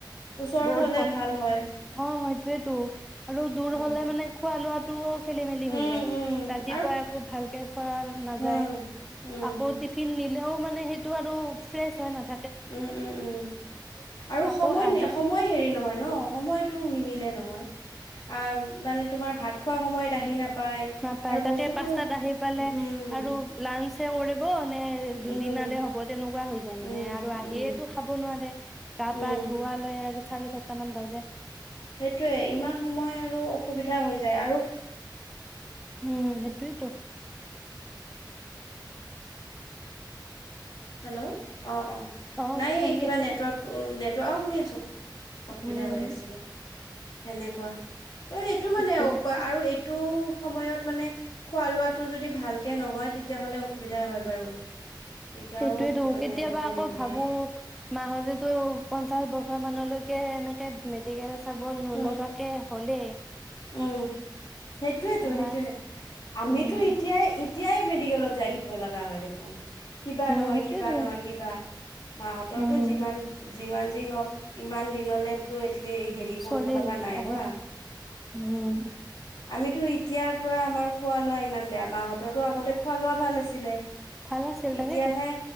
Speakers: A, on the left; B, in the centre.
A: ওচৰত
B: বহুত
A: হলে ভাল হয়
B: অ এটোৱে তো আৰু দূৰ
A: উম
B: হলে মানে খোৱা লোৱা টো খেলি মেলি হৈ
A: উম
B: যায়
A: উম
B: ৰাতিপুৱা
A: আৰু
B: আকৌ ভালকে খোৱা নাযায়
A: হা উম
B: আকৌ টিফিন দিলেও মানে সেইটো আৰু ফ্ৰেছ হৈ নাথকে।
A: উম উম উম আৰু
B: আকৌ
A: সময়
B: আহে
A: সময় হেৰি নহয় ন সময়টো নিমিলে নহয় আ মানে তোমাৰ ভাত খোৱা সময়ত আহি নাপায়
B: নাপায়
A: আৰু
B: তাকে
A: বস্তুটো
B: পাস্তাত আহি পালে
A: উম
B: আৰু লাঞ্চ <inaudible> নে
A: উম
B: দিনাৰে হ'ব তেনেকুৱা হৈ যায়
A: উম
B: মানে আৰু আহিয়টো
A: উম
B: খাব নোৱাৰে কা
A: উম
B: পা ধুৱা লৈ আৰু চাৰে ছাতটা মান বাজে
A: সেইটোৱে
B: সেই
A: ইমান
B: তেনে
A: সময় আৰু অসুবিধা হৈ যায় আৰু
B: উম সেইটোৱেতো
A: হেল্ল' অঁ অঁ
B: অ
A: নাই
B: শুনি
A: এই কিবা
B: আছেনে
A: নেটৱৰ্ক নেটৱৰ্, অ' শুনি আছোঁ। অসুবিধা
B: উম
A: হৈ আছিলে, সেনেকুৱা, ত' সেইটো
B: ঠিকে
A: মানে
B: আছে
A: আৰু এইটো সময়ত মানে খোৱা লোৱাটো যদি ভাল ভালকে নহয় তেতিয়াহ'লে অসুবিধা হয় বাৰু তেতিয়াও
B: সেইটোয়েতো
A: মানে
B: কেতিয়াবা
A: হেৰি
B: আকৌ
A: নহয়
B: ভাবো মাহলেতো পঞ্চাশ বছৰ মানলৈকে ে <unintelligible> এনেকে <unintelligible> এইয়া চাব নলগাকে
A: উম
B: হ'লে!
A: উম সেইটোৱেতো
B: আমাৰ
A: সেইটোয়ে আমিতো
B: উম
A: এতিয়াই এতিয়াই মেডিকেলত যাই থাকিব লগা হয় দেখোন! কিবা
B: উম
A: নহয়
B: সেইটোয়েতো
A: কিবা নহয় কিবা মাহতৰতো
B: উম
A: যিমান যিমান যি হওক ইমান দিনলেতো এলি হেৰি
B: চলিল
A: কৰিব লগা নাই
B: তাকেইতো
A: হোৱা!
B: উম
A: আমিটো এতিয়া পৰা আমাৰ খোৱা লোৱা ইমান বেয়া মাহতৰতো আগতে খোৱা লোৱা ভাল আছিলে
B: ভাল আছিল
A: এতিয়াহে
B: তাকেইতো